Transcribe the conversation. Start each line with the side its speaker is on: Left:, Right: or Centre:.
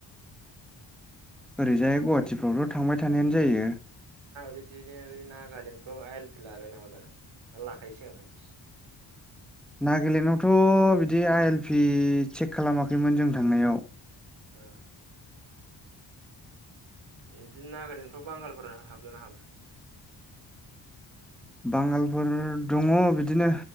Centre: ओरैजाय गुवाहाटिफ्रावथ' थांबाय थानायानो जायो
Right: बिदिनो नागालेण्ड फ्राव आइल फिलला आरो नामा दा नामा लाखायो <unintelligible>
Centre: नागालेण्डआवथ' बिदि आइ एल पि चेक खालामाखैमोन जों थांनायाव
Right: ओ बिदिनो नागालेण्डफ्राव बांगालफोराव हाबोना ना हाबा
Centre: बांगालफोर दंङो बिदिनो